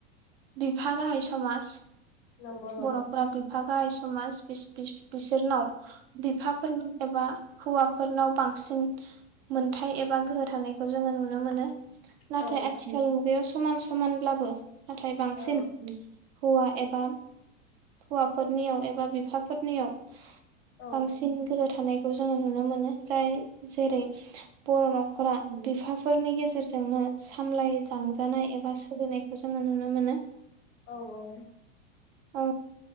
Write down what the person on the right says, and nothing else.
बिफा गाहाय समाज
बर'फोरा बिफा गाहाय समास बिस बिस बिसोरनाव बिफाफोरनि एबा हौवाफोरनाव बांसिन मोनथाय एबा गोहो थानायखौ जोङो नु नो मोनो नाथाय
आथिखालनि
मुगायाव समान समानब्लाबो नाथाय बांसिन
हौवा एबा हौवाफोरनियाव एबा बिफाफोरनियाव
बांसिन गोहो थानाय जोङो नुनो मोनो जाय जेरै- बर' न'खरा बिफाफोरनि गेजेर जोंनो सामलाय लांजानाय एबा सोलिनाय खौ जोङो नुनो मोनो
औ